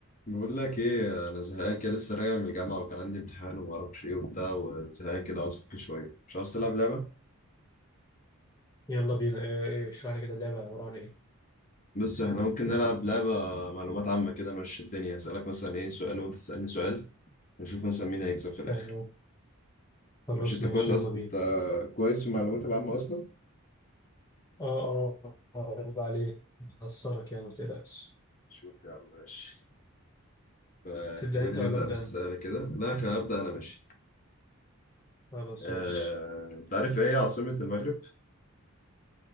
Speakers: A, on the left; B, on the left.
A: بقول لك ايه انا زهقان كده لسه راجع من الجامعه وكان عندي امتحان وما اعرفش ايه وبتاع وزهقان كده عاوز افك شويه مش عاوز تلعب لعبه
B: يلا بينا إيه إيه اشرح لي كده اللعبة عبارة عن ايه
A: بس احنا ممكن نلعب لعبه معلومات عامه كده ماشي الدنيا اسالك مثلا ايه سؤال وانت تسالني سؤال ونشوف مثلا مين هيكسب في الاخر
B: تمام خلاص
A: ماشي انت
B: ماشي
A: كويس أص...
B: يلا بينا
A: انت كويس في المعلومات العامه اصلا
B: اه اه آه، يلا عليك هخسرك يعني ما تقلقش
A: شوف يا عم ماشي فخلينا
B: تبدأ انت
A: نبدا
B: ولا أبدأ
A: بالسؤال
B: انا
A: كده لا خلينا ابدا انا ماشي
B: خلاص
A: آه...
B: ماشي
A: انت عارف ايه هي عاصمه المغرب